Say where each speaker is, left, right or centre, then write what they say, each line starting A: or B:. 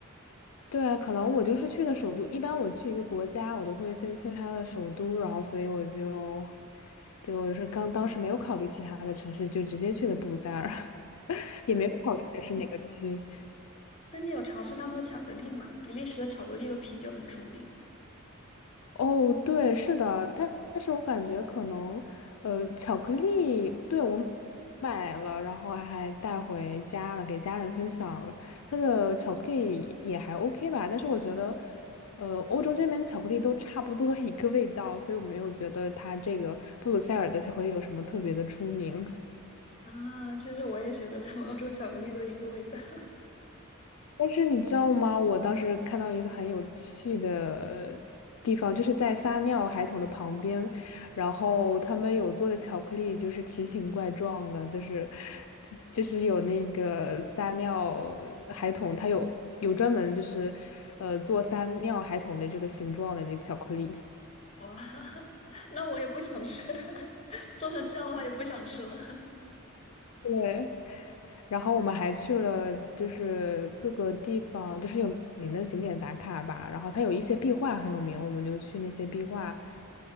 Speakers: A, on the left (about 80°); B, on the left (about 30°).
A: 对啊，可能我就是去的首都。一般我去一个国家，我都会先去他的首都，然后所以我就就是刚当时没有考虑其他的城市，就直接去的布鲁塞尔，<laughs> 也没有考虑的是哪个区。
B: 那你有尝试他们的巧克力吗？比利时的巧克力和啤酒很出名
A: 哦，对，是的，但但是我感觉可能，呃，巧克力，对，我买了，然后还带回家了，给家人分享了。它的巧克力也还 OK 吧，但是我觉得，呃，欧洲这边巧克力都差不多一个味道，所以我没有觉得它这个布鲁塞尔的巧克力有什么特别的出名。
B: 啊，其实我也觉得他们欧洲巧克力都一个味道。<laughs>
A: 但是你知道吗？我当时看到一个很有趣的地方，就是在撒尿孩童的旁边，然后他们有做的巧克力就是奇形怪状的，就是就就是有那个撒尿孩童，它有有专门就是呃做撒尿孩童的这个形状的这个巧克力。
B: 哇，<laughs> 那我也不想吃，<laughs> 做成这样的话也不想吃了。
A: 对，然后我们还去了，就是各个地方，就是有名的景点打卡吧。然后它有一些壁画很有名，我们就去那些壁画，